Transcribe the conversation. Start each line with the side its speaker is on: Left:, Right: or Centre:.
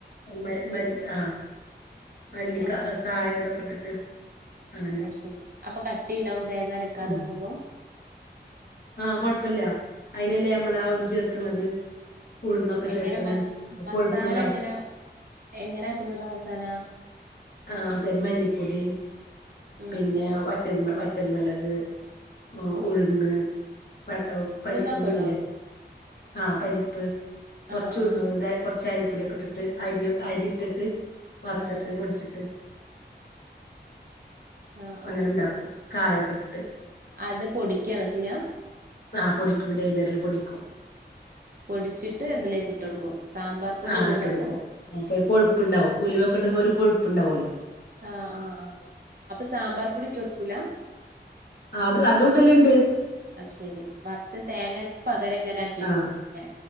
Left: മ മല്ല ആ മല്ലി
Right: ആഹ്
Left: കായ ഇതൊക്കെ ഇട്ടിട്ട് അങ്ങനെ
Right: അത് ശരി അപ്പൊ കട്ടി ഉണ്ടാവ തേങ്ങാരെക്കാതെവെക്കുമ്പോ
Left: ഉം ആഹ് കോഴപ്പല്ല അതിനല്ലേ നമ്മളാ
Right: ആ.
Left: അ ഇത് ചേർക്കണത് ഉഴുന്നൊക്കെ ചേർക്കണ്
Right: എങ്ങനെ മസ്
Left: അപ്പൊ
Right: മസാല
Left: കൊഴുപ്പുണ്ടാവും
Right: എങ്ങനെ എങ്ങനെ ആക്ക്ന്നത മസാല
Left: ആ ഒരു തരിമല്ലിപ്പൊടി
Right: ഉം
Left: പിന്നെ വറ്റൽ വറ്റൽമിളക് ആ
Right: ആഹ്
Left: ഉഴുന്ന്
Right: ആഹ്
Left: പ പരി
Right: ഉഴുന്നൊക്കെ ഇടോ
Left: ഇല്ലേ ആഹ് പരിപ്പ് കൊറച്ച്
Right: ആഹ്
Left: ഉഴുന്ന്
Right: ആഹ്
Left: കൊറ ച്ചായിപ്പൊടിയൊക്കെ ഇട്ടിട്ട് അരി അരി ഇട്ടിട്ട് വറത്തിട്ട്
Right: അതെ
Left: പൊടിച്ച്.
Right: ആഹ്
Left: അങ്ങനെ
Right: ആഹ് എന്നിട്ട്
Left: ണ്ടാക്കും. കായൊക്കെ ഇട്ടിട്ട്.
Right: അത് പൊടിക്കാണോ ചെയ്യാ.
Left: ആഹ് പൊടിക്കും ഗ്രെയ്ന്റർല് പൊടിക്കും
Right: പൊടിച്ചിട്ട് എന്ത്‌ലേക്ക് ഇട്ട് കൊടുക്കും. സാമ്പാർ പൊടി
Left: ആഹ്
Right: ഇടൂല
Left: ഇട്ടൊടുക്കും.
Right: അപ്പൊ
Left: ഉം. അപ്പോ ഒരു കൊഴപ്പുണ്ടാവും ഉലുവൊക്കെ ഇടുമ്പോ ഒരു കൊഴുപ്പ്ണ്ടാവുല്ലോ.
Right: ആഹ് ആഹ് അപ്പൊ സാമ്പാർ പൊടി ഇട്ടൊടുക്കൂല
Left: ആ അതും അതും ഇടല്ണ്ട്
Right: അത് ശരി. വറുത്ത് തേങ്ങക്ക് പകരം ഇങ്ങനെ ആക്കിട്ട്
Left: ആഹ്
Right: കൊടുക്കും ല്ലേ?